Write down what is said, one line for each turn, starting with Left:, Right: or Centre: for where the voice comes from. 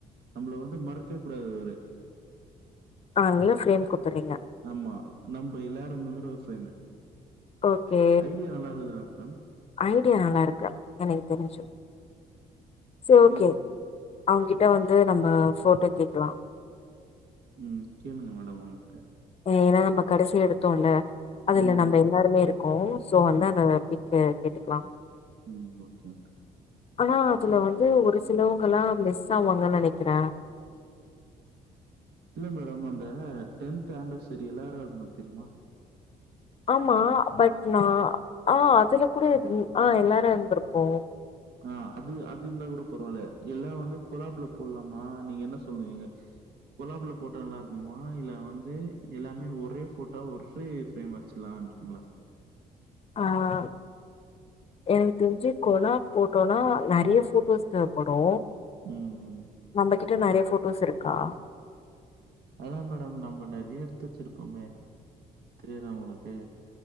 Right: நம்புள வந்து மறக்கே கூடாது அவுரு
Left: அத்னால ஃப்ரேம் குத்தர்ரீங்க
Right: ஆமா நம்ப எல்லாரு இருந்த மேரி ஒரு ஃப்ரேமு
Left: ஓகே
Right: ஐடியா நல்லாருக்குது அப் நம்
Left: ஐடியா நல்லா இருக்கு எனக்கு தெரிஞ்சு சோ ஓகே
Right: இது
Left: அவுங்கிட்ட வந்து நம்ம போட்டோ கேக்லா
Right: ம் கேளுங்க மேடம் அவுங்ட்ட
Left: ஏனா நம்ப கடசியா எடுத்தோல்ல அதுல
Right: ம்
Left: நம்ப எல் லாருமே இருக்கோ சோ வந்து அந்த ஃபிக்க கேட்டுக்லா
Right: ம் ஓகேன்ட்
Left: ஆனா அதுல வந்து ஒரு சிலவுங்கல்லா மிஸ் ஆவாங்கன் நெனக்கிற
Right: இல்ல மேடம் அந்த டென்த்து ஆன்ட்வசரி எல்லாரு இருந்தோ தெரிமா
Left: ஆமா பட் நா ஆ அதுல கூட இரு அ எல்லாரு இருந்துருப்போ
Right: ஆ அது அது இர்ந்தா கூட பரவால்லே எல்லா வந்து கொலாப்ல போட்லாமா நீங்க என்ன சொல்லுவீங்க கொலாப்ல போட்டா நல்லார்க்குமா இல்ல வந்து எல்லாமே ஒரே போட்டோவா ஒர்ரே ஃப்ரேம் வச்சுக்லான்றிங்ளா
Left: அ அ எனக் தெஞ்சு கொலா போட்டோன்னா நறிய போட்டோஸ் தேவ்ப்படு
Right: ம்
Left: நம்பகிட் ட நறைய போட்டோஸ் இருக்கா
Right: அதா மேடம் நம்ப நெற்ய எட்த்து வச்சுருக்கோமே தெரியாதா உங்களுக்கு